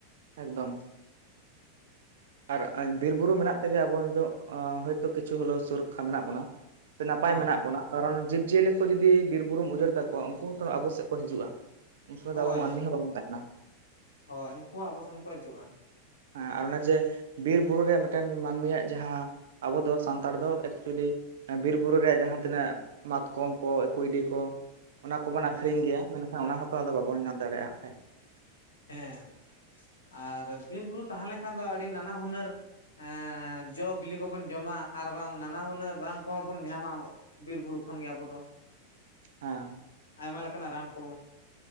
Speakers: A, on the right; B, on the left.
A: ᱮᱠᱫᱚᱢ ᱾
B: <unintelligible> <unintelligible>
A: ᱟᱨ, ᱵᱤᱨ ᱵᱩᱨᱩ ᱢᱮᱱᱟᱜ ᱛᱮᱜᱮ, ᱟᱵᱚ ᱱᱤᱛᱚᱜ, ᱦᱚᱭᱛᱳ, ᱠᱤᱪᱷᱩ ᱦᱚᱞᱳ, ᱥᱩᱨᱚᱠᱠᱷᱟ ᱢᱮᱱᱟᱜ ᱵᱚᱱᱟ ᱾ ᱛᱤ, ᱱᱟᱯᱟᱭ
B: ᱦᱚᱸ
A: ᱢᱮᱱᱟᱜ ᱵᱚᱱᱟ, ᱠᱟᱨᱚᱱ ᱡᱤᱵᱽ-ᱡᱤᱭᱟᱹᱞᱤ ᱠᱚ, ᱡᱩᱫᱤ ᱵᱤᱨ ᱵᱩᱨᱩᱢ ᱩᱡᱟᱹᱲ ᱛᱟᱠᱚ ᱠᱚᱣᱟ, ᱩᱱᱠᱩ ᱦᱚᱸ ᱛᱚ, ᱟᱵᱚ ᱥᱮᱫ ᱠᱚ, ᱦᱤᱡᱩᱜᱼᱟ ᱾ ᱩᱱ ᱥᱚᱢᱚᱭ
B: ᱦᱳᱭ
A: ᱫᱚ, ᱟᱵᱚ ᱢᱟᱹᱱᱢᱤ ᱦᱚᱸ, ᱵᱟᱵᱚᱱ ᱛᱟᱦᱮᱱᱟ ᱾
B: ᱦᱳᱭ, ᱩᱱᱠᱩ ᱦᱚᱸ, ᱟᱵᱚ ᱥᱮᱱ ᱠᱚ, ᱦᱤᱡᱩᱜᱼᱟ ᱾
A: ᱦᱮᱸᱼ, ᱟᱨ ᱚᱱᱮ ᱡᱮ, ᱵᱤᱨ ᱵᱩᱨᱩ ᱨᱮᱭᱟᱜ, ᱢᱤᱫᱴᱮᱱ ᱢᱟᱹᱱᱢᱤᱭᱟᱜ ᱡᱟᱦᱟᱸ, ᱟᱵᱚ ᱫᱚ, ᱥᱟᱱᱛᱟᱲ ᱫᱚ, ᱮᱠᱪᱩᱭᱮᱞᱤ ᱵᱤᱨᱵᱩᱨᱩ ᱨᱮᱭᱟᱜ, ᱡᱟᱦᱟᱸ ᱛᱤᱱᱟᱹᱜ ᱢᱟᱛᱠᱚᱢ ᱠᱚ, ᱠᱩᱭᱸᱰᱤ ᱠᱚ, ᱚᱱᱟ ᱠᱚᱵᱚᱱ
B: ᱦᱩᱸ
A: ᱟᱠᱷᱨᱤᱧ ᱜᱮᱭᱟ, ᱢᱮᱱᱠᱷᱟᱱ, ᱚᱱᱟ ᱦᱚᱸᱛᱚ,
B: ᱦᱩᱸ
A: ᱟᱫᱚ ᱵᱟᱵᱚᱱ ᱧᱟᱢ ᱫᱟᱲᱮᱭᱟᱜᱼᱟ ᱾ ᱦᱮᱸ,
B: ᱦᱮᱸ, ᱟᱨ ᱵᱤᱨ ᱵᱩᱨᱩ ᱛᱟᱦᱮᱸ ᱞᱮᱱᱠᱷᱟᱱ ᱫᱚ ᱟᱹᱰᱤ ᱱᱟᱱᱟ ᱦᱩᱱᱟᱹᱨ ᱦᱮᱸᱡᱚ ᱵᱤᱞᱤ ᱠᱚᱵᱚᱱ ᱡᱚᱢᱟ, ᱟᱨ ᱵᱟᱝ ᱱᱟᱱᱟ ᱦᱩᱱᱟᱹᱨ ᱨᱟᱱ ᱠᱚᱦᱚᱸ ᱵᱚᱱ ᱧᱟᱢᱟ᱾ ᱵᱤᱨ ᱵᱩᱨᱩ ᱠᱷᱚᱱ ᱜᱮ ᱟᱵᱚ ᱫᱚ᱾
A: ᱦᱮᱸ,
B: ᱟᱭᱢᱟ ᱞᱮᱠᱟᱱᱟᱜ ᱨᱟᱱ ᱠᱚ